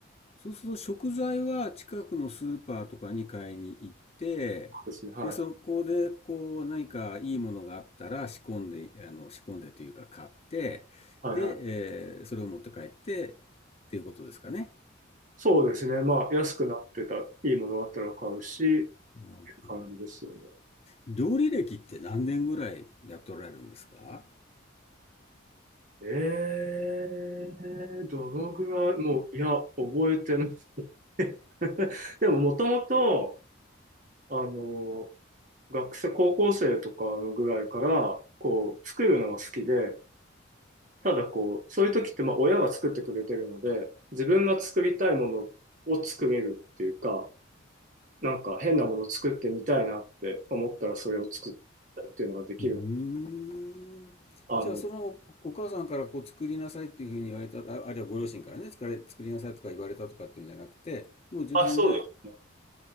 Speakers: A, on the left; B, on the right.
A: そうすると食材は近くのスーパーとかに買いに行って、
B: そうですね。はい。
A: で、そこでこう何かいいものがあったら仕込んで、あの、仕込んでというか買って、
B: はいはい。
A: で、えーそれを持って帰ってっていうことですかね。
B: そうですね。まあ、安くなってた、いいものがあったら買うし、って
A: うん
B: 感じですよね。
A: 料理歴って何年ぐらいやっておられるんですか
B: ええどのぐらい、もう、いや、覚えてない。<laughs> でも、もともと、あの、学生、高校生とかのぐらいから、こう、作るのが好きで、ただこう、そういう時って、まあ、親が作ってくれてるので、自分が作りたいものを作れるっていうか、なんか変なもの作ってみたいなって思ったらそれを作ったっていうのができるの
A: うーん。
B: あの、
A: じゃあそのお母さんからこう作りなさいっていうふうに言われた、あ、あるいはご両親からね、作れ、作りなさいとか言われたとかっていうんじゃなくて、もう自分で
B: あ、そうですね。